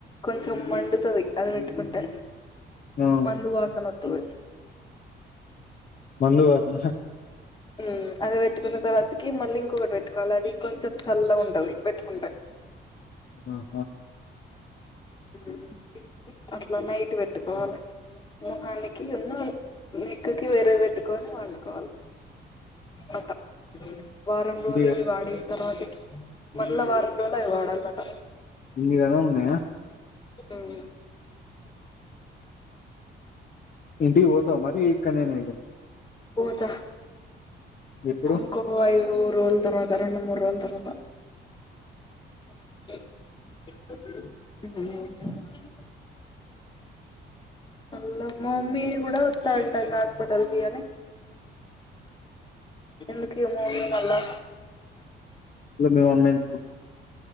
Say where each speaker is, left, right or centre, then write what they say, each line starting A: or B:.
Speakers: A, on the left (about 25°); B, on the left (about 45°).
A: కొంచం మండుతది అది వెట్టుకుంటే
B: న్యోవ్
A: మందు వాసన వొత్తది
B: మందు వాసనహ
A: ఊ అది వెట్టుకున్న తర్వాతికి మళ్ళీ ఇంకొకటి వెట్టుకోవళ్ళ అది కొంచం సల్లగుంటది వెట్టుకుంటే
B: వాహా
A: <unintelligible> అట్ల నైటు వెట్టుకోవాలే మొహానికి ఉన్నో నెక్కుకి వేరేది వెట్టుకొని వండుకోవాలి అట్టా వారం రోలు
B: ఇన్నిగా
A: ఇవి వాడిన్ తర్వాతకి మళ్ళ వారం రోల్ అవి వాడల్లట
B: ఇందిగదా ఉన్నయ
A: ఉఊ
B: ఇంటికి వోతావ మరీ ఇక్కన్నేన ఇగ
A: పోత
B: ఎప్పుడు?
A: ఇంకో ఓ ఐదు రోల్ తర్వాత రెండు మూడు రోల్ తర్వాత ఊ అల్లా మా మమ్మీ గూడ వొత్తా అంటాంది హాస్పిటల్ కి అని ఎందుకేమొ వుంది మళ్ళా
B: డ్లు మీ మమ్మీన్